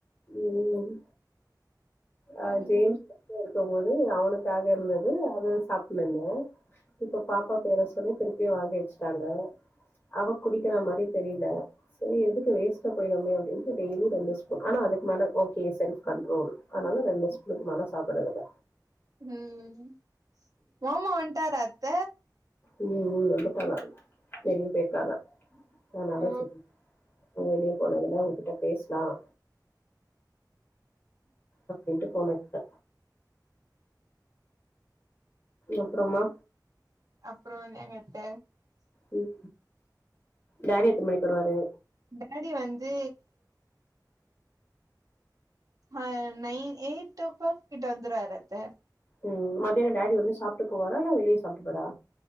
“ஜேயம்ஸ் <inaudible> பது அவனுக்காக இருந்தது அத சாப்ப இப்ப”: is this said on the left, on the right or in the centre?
Left